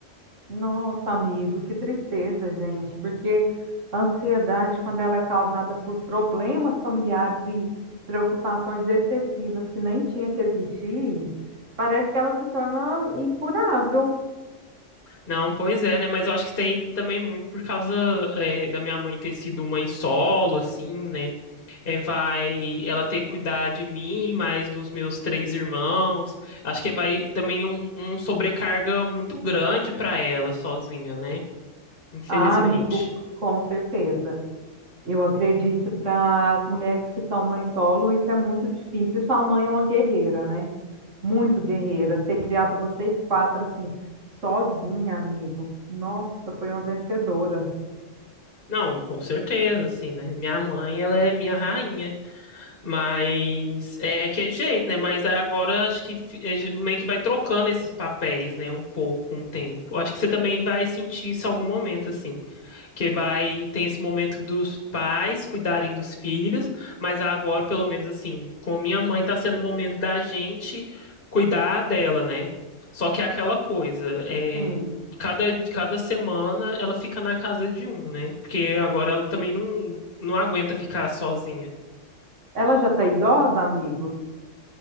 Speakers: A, on the right (about 75°); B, on the left (about 45°).
A: Nossa, amigo, que tristeza, gente, porque a ansiedade, quando ela é causada por problemas familiares e preocupações excessivas que nem tinha que existir, parece que ela se torna incurável.
B: Não, pois é, né? Mas eu acho que tem também é muito por causa é, da minha mãe ter sido mãe solo, assim, né? É, vai ela ter que cuidar de mim, mais dos meus três irmãos. Acho que vai também um, um sobrecarga muito grande para ela sozinha, né? Infelizmente.
A: Ah, amigo, com certeza. Eu acredito para as mulheres que são mãe solo, isso é muito difícil. Sua mãe é uma guerreira, né? Muito guerreira. Ter criado vocês quatro assim, sozinha, amigo. Nossa, foi uma vencedora.
B: Não, com certeza, assim, né? Minha mãe, ela é minha rainha, mas é aquele jeito, né? Mas agora acho que fi- é meio que vai trocando esses papéis, né? Um pouco com o tempo. Acho que você também vai sentir isso em algum momento, assim que vai tem esse momento dos pais cuidarem dos filhos, mas agora, pelo menos assim, com minha mãe tá sendo o momento da gente cuidar dela, né? Só que é aquela coisa, é,
A: Sim.
B: cada, cada semana ela fica na casa de um, né? Porque agora ela também não, não aguenta ficar sozinha.
A: Ela já tá idosa, amigo?